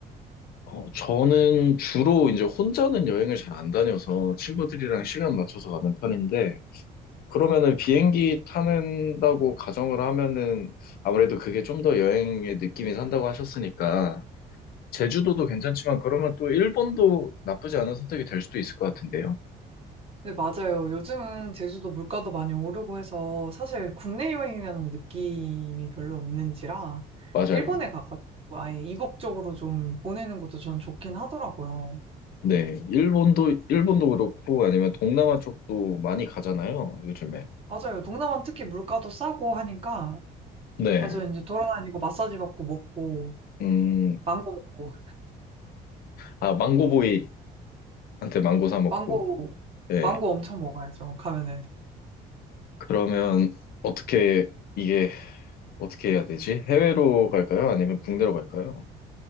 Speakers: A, on the left; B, on the right.
A: 어, 저는 주로 이제 혼자는 여행을 잘 안 다녀서 친구들이랑 시간 맞춰서 가는 편인데, 그러면은 비행기 타는다고 가정을 하면은 아무래도 그게 좀 더 여행의 느낌이 산다고 하셨으니까, 제주도도 괜찮지만 그러면 또 일본도 나쁘지 않은 선택이 될 수도 있을 것 같은데요?
B: 네, 맞아요. 요즘은 제주도 물가도 많이 오르고 해서 사실 국내 여행이라는 느낌이 별로 없는지라
A: 맞아요.
B: 일본에 가가지고 아예 이국적으로 좀 보내는 것도 전 좋긴 하더라고요.
A: 네. 일본도, 일본도 그렇고 아니면 동남아 쪽도 많이 가잖아요, 요즘에.
B: 맞아요. 동남아는 특히 물가도 싸고 하니까
A: 네.
B: 가서 이제 돌아다니고 마사지 받고 먹고
A: 음,
B: 망고 먹고
A: 아, 망고보이한테 망고 사 먹고,
B: 망고
A: 예.
B: 망고 엄청 먹어야죠. 가면은.
A: 그러면 어떻게, 이게 어떻게 해야 되지? 해외로 갈까요? 아니면 국내로 갈까요?